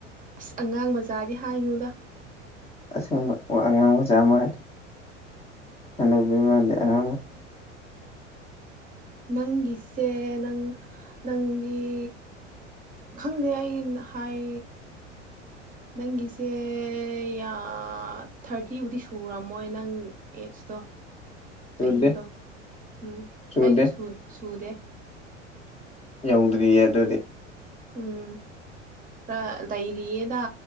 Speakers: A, on the right (about 20°); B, on the left (about 15°).
A: ꯑꯁ ꯑꯉꯥꯡ ꯃꯆꯥꯗꯤ ꯍꯥꯏꯅꯨꯗ
B: ꯑꯁꯦꯡꯕ ꯀꯣ ꯑꯉꯥꯡ ꯃꯆꯥ ꯃꯥꯜꯂꯤ ꯍꯥꯅꯨꯕꯤ ꯃꯥꯟ ꯗꯦ <inaudible>
A: ꯅꯪꯒꯤꯁꯦ ꯅꯪ ꯅꯪꯒꯤ ꯈꯪꯗꯦ ꯑꯩ ꯅ ꯍꯥꯏ ꯅꯪꯒꯤꯁꯦ ꯌꯥ ꯊꯥꯔꯇꯤꯕꯨꯗꯤ ꯁꯨꯔꯝꯃꯣꯏ ꯅꯪ ꯑꯩꯠꯁꯇꯣ
B: ꯆꯨꯗꯦ
A: ꯆꯍꯤꯗꯣ ꯎꯝ
B: ꯆꯨꯗꯦ
A: ꯑꯩꯁꯨ ꯁꯨ ꯁꯨꯗꯦ
B: ꯌꯧꯗ꯭ꯔꯤꯌꯦ ꯑꯗꯨꯗꯤ
A: ꯎꯝ ꯈꯔ ꯂꯩꯔꯤꯌꯦꯗ